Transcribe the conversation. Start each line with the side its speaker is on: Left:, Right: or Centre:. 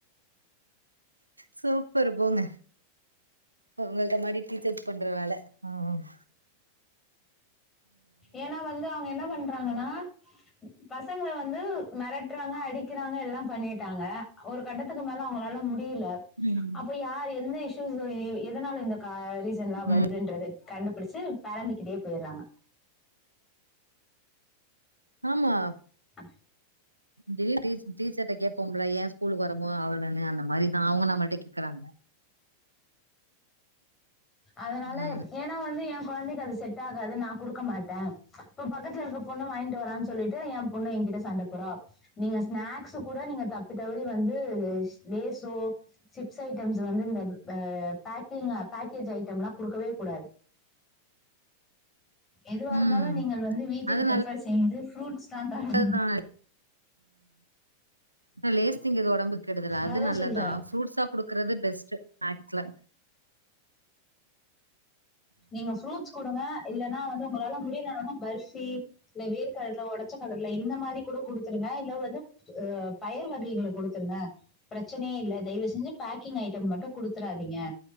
Right: சூப்பர்ரு போங்க உங்களுக்கு அந்த மாரி டீச்சர்ஸ் பண்ற வேல ம் ம்
Left: ஏனா வந்து அவங்க என்னம் பண்றாங்கன்னா பசங்கள வந்து மெரட்டுறாங்க அடிக்கிறாங்க எல்லாம் பண்ணிட்டாங்க ஒரு கட்டத்துக்கு மேல அவங்களால முட் முடியில
Right: ம்
Left: அப்போ யாரு எந்த இஸ்யூஸ்ஸு எதனால இந்த கா ரீசன்ல்லா வருதுன்றது
Right: ம்
Left: கண்டுபுடுச்சு பேரண்ட்டு கிட்டயேப் போய்றாங்க
Right: ஆமா
Left: அம்
Right: திடீர்னு டீச் டீச்சர் கிட்ட கேப்போம்ல ஏ ஸ்கூலுக்கு வரமோ அவளன்னு அந்த மாரிதா அவங்க நம்மல்ட கேக்கறாங்க
Left: அதனால
Right: ம்
Left: எப் ஏன்னா வந்து எம் நம் கொழந்தைக்கு அது செட் ஆகாது நா குடுக்க மாட்ட இப்போ பக்கத்துல இருக்க பொண்ணு வாங்கிட்டு வரான் சொல்லிட்டு எம் பொண்ணு என்கிட்ட சண்ட போறா நீங்க ஸ்நேக்ஸ்ஸு கூட நீங்க தப்பி தவறி வந்து லேசோ சிப்ஸ் ஐடம்ஸ்ஸு வந்து <unintelligible> பே பேக்கிங் ஏப் பேக்கேஜ் ஐட்டம்லா குடுக்கவே கூடாது எதுவா இருந்தாலு
Right: ம்
Left: நீங்கள் வந்து வீட்டில்
Right: அது
Left: பிரிஃபேர் செய்து ஃப்ரூட்ஸ் தா தரனு
Right: நல்லதுதா ஆனா லேஸ் திங்கறது ஒடம்புக் கெடுதல் அது
Left: அதான்
Right: நல்லதா
Left: சொல்றேன்
Right: ஃப்ரூட்ஸா குடுக்கறது பெஸ்ட்டு ஏக்சுவலா
Left: நீங்க ஃப்ரூட்ஸ் குடுங்க இல்லன்னா வந்து உங்களால முடியலனனா பர்ஃபி இல்ல வேர்கடல ஒடச்ச கடல இந்த மாரி கூட குடுத்துருங்க இல்ல வந்து ஆ பயறு வகைகள குடுத்துருங்க பிரச் சனயே இல்ல தயவுசெஞ்சு பேக்கிங் ஐட்டோ மட்டு குடுத்தராதீங்க